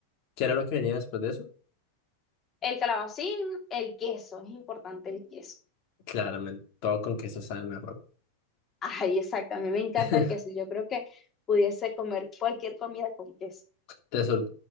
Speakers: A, on the left (about 55°); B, on the left (about 30°).
A: ¿qué era lo que venía después de eso?
B: El calabacín, el queso, es importante el queso.
A: Claramente, todo con queso sabe mejor.
B: Ay, exacto, a mí me encanta
A: <laughs>
B: el queso. Yo creo que pudiese comer cualquier comida con queso.
A: Te sor-